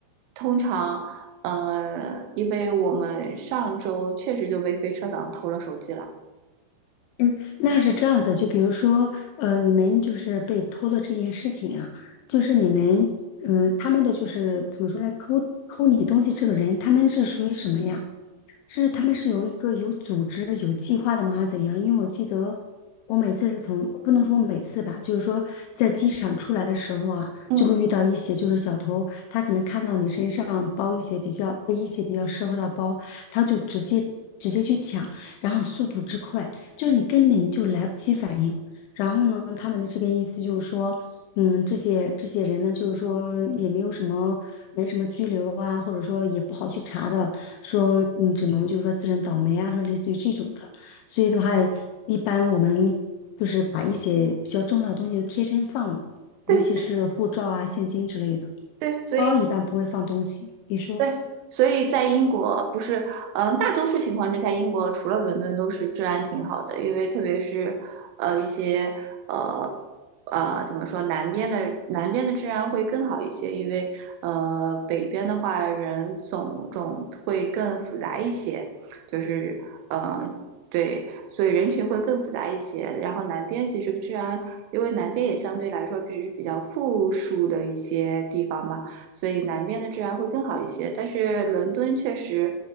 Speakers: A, on the right (about 85°); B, on the left (about 80°).
A: 通常，呃，因为我们上周确实就被飞车党偷了手机了。
B: 嗯，那是这样子，就比如说，呃，你们就是被偷的这件事情啊，就是你们，嗯、他们的就是怎么说呢，偷偷你东西这个人，他们是属于什么呀？是他们是有一个有组织、有计划的吗？还是怎样？因为我记得我每次是从，不能说每次吧，就是说在机场出来的时候啊，
A: 嗯，
B: 就会遇到一些就是小偷，他可能看到你身上包一些比较背一些比较奢华的包，他就直接直接去抢，然后速度之快，就是你根本就来不及反应。然后呢，他们的这边意思就是说，嗯，这些这些人呢，就是说也没有什么，没什么拘留啊，或者说也不好去查的，说你只能就是说自认倒霉啊，说类似于这种的。所以的话，一般我们就是把一些比较重要的东西都贴身放的，尤其是护照啊、
A: 对
B: 现金之类的，
A: 对，所以
B: 包一般不会放东西。你说？
A: 对，所以在英国不是，嗯，大多数情况之下，英国除了伦敦都是治安挺好的，因为特别是，呃，一些呃呃怎么说，南边的南边的治安会更好一些，因为呃北边的话人种种会更复杂一些，就是嗯，对，所以人群会更复杂一些。然后南边其实治安，因为南边也相对来说比比较富庶的一些地方嘛。所以南边的治安会更好一些。但是伦敦确实，